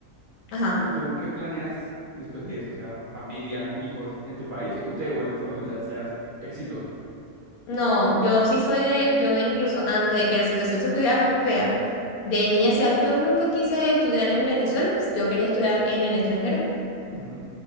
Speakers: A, on the left; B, on the right.
A: Ajá.
B: ¿Y tú qué planeas después de eso? O sea, familia, hijos, ¿en tu país o tú te vuelves cuando ya seas exitosa?
A: No, yo sí soy de, yo incluso antes de que la situación se pudiera fea, de niña decía, yo nunca quise estudiar en Venezuela, yo quería estudiar en el extranjero.
B: Ujú,